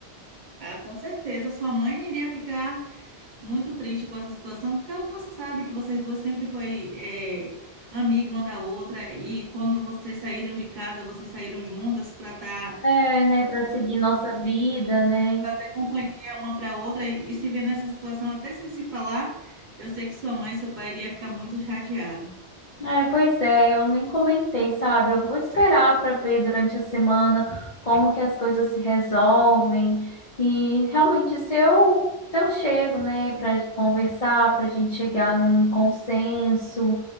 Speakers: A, on the right (about 45°); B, on the left (about 50°).
A: Ah, com certeza. Sua mãe iria ficar muito triste com essa situação, porque ela sabe que vocês duas sempre foi eh, amiga uma da outra, e quando vocês saíram de casa, vocês saíram juntas para estar
B: É, né, para seguir nossa vida, né?
A: fazer companhia uma para outra e, e se ver nessa situação, até sem se falar, eu sei que sua mãe e seu pai iria ficar muito chateado.
B: É, pois é, eu nem comentei, sabe? Eu vou esperar para ver durante a semana como que as coisas se resolvem. E realmente, se eu, se eu chego, né, para conversar, para a gente chegar num consenso